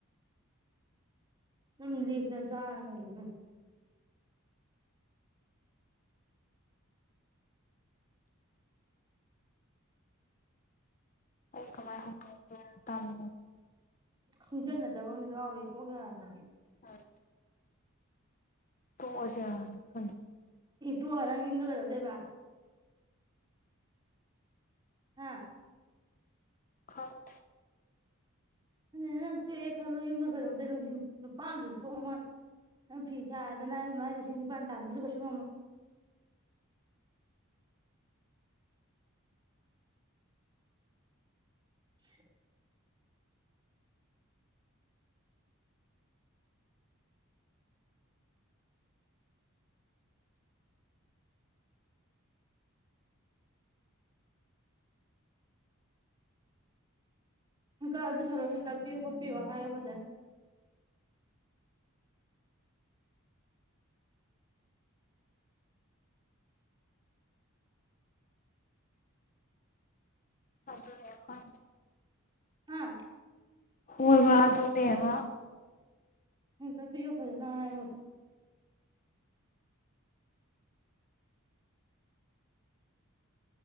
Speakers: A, on the right (about 20°); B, on the left (about 40°).
A: ꯅꯝꯗꯤ ꯒꯟꯖꯥ ꯂꯩꯔꯤꯕꫭ
B: ꯑꯩ ꯀꯃꯥꯏ ꯍꯧꯇꫭꯛꯎ ꯗꫭꯏꯅꫭ ꯇꯜꯂꯤ
A: ꯈꯪꯖꯤꯟꯅꯗꯕ ꯑꯝꯖꯨ ꯌꯥꯎꯔꯤꯌꯦ ꯀꯣꯛ ꯌꯥꯔꯅꯤ
B: ꯃꯥꯅꯤ ꯇꫭꯛ ꯑꯖꯤꯔꯥꯅ ꯈꯪꯗꯦ
A: ꯏ ꯇꫭꯛꯑ ꯅꯪ ꯌꯨꯝꯗ ꯀꯩꯗꯧꯗꫭꯏꯕ ꯍꯥ
B: ꯈꯪꯗꯦ
A: <unintelligible> ꯅꯪ ꯊꯣꯛꯣꯛꯑꯦꯅ ꯈꯜꯂꯣ ꯌꯨꯝꯗ ꯀꯩꯗꯧꯗꯣꯏꯅꫭ ꯁꯤꯅꯤ ꯅꯪ ꯅꯨꯄꯥ ꯑꯝꯇꯁꯨ ꯁꯨ ꯊꫭꯛꯉꯝꯃꯣꯏ ꯅꯪ ꯐꯤ ꯁꯥꯗꯅ ꯑꯗꯨꯃꯥꯏꯅ ꯂꯤꯁꯤꯡ ꯅꯤꯄꯥꯥꯟ ꯇꯥꯟꯕꯁꯨ ꯀꯩꯁꯨ ꯉꯝꯃꯣꯏ <inaudible> ꯍꯦꯟꯀꯠ ꯑꯩ ꯄꯩꯁꯥꯗꫭ ꯍꯦꯟꯀꯠꯄꯤꯌꯣ ꯈꫭꯠꯄꯤꯌꫭ ꯍꯥꯏꯑꫭ ꯐꯖꯅ
B: ꯑꯗꯨꯅꯦ ꯑꯩꯈꯣꯏꯅ
A: ꯑꯥ
B: ꯍꯣꯏꯕꯥ ꯑꯗꯨꯅꯦꯕ
A: ꯍꯦꯟꯀꯠ ꯄꯤꯌꫭ ꯐꯖꯅ ꯍꯥꯏꯌꫭꯕ